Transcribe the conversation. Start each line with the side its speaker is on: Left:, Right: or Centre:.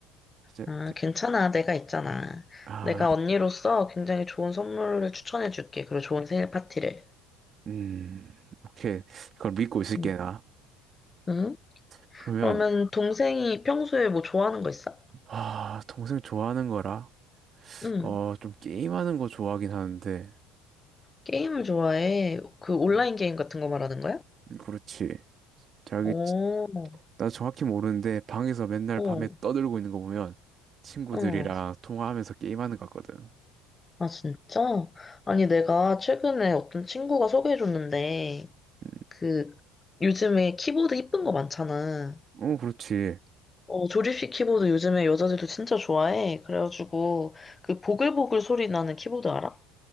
Right: 진짜
Left: 아,
Right: 대-
Left: 괜찮아. 내가 있잖아.
Right: 아,
Left: 내가 언니로서 굉장히 좋은 선물을 추천해줄게. 그리고 좋은 생일 파티를.
Right: 음, 오케이. 그걸 믿고 있을게,
Left: 응,
Right: 나.
Left: 응?
Right: 그러면
Left: 그러면 동생이 평소에 뭐 좋아하는 거 있어?
Right: 아 동생 좋아하는 거라
Left: 응.
Right: 어 좀 게임하는 거 좋아하긴 하는데
Left: 게임을 좋아해. 그 온라인
Right: 음,
Left: 게임 같은 거 말하는 거야?
Right: 그렇지 자기
Left: 오,
Right: 치- 나 정확히 모르는데 방에서 맨날
Left: 어,
Right: 밤에 떠들고 있는 거 보면 친구들이랑
Left: 어.
Right: 통화하면서 게임하는 것 같거든
Left: 아, 진짜? 아니, 내가 최근에 어떤 친구가 소개해줬는데,
Right: 음,
Left: 그, 요즘에 키보드 이쁜 거 많잖아.
Right: 어 그렇지
Left: 어, 조립식 키보드 요즘에 여자들도 진짜 좋아해. 그래가지고, 그 보글보글 소리 나는 키보드 알아?